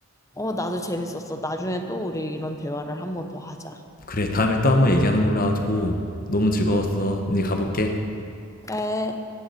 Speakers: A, on the left; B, on the left.
A: 어, 나도 재밌었어. 나중에 또 우리 이런 대화를 한번 더 하자.
B: 그래, 다음에 또 한번 얘기하는 걸로 하고 너무 즐거웠어. 이제 가볼게.
A: 그래.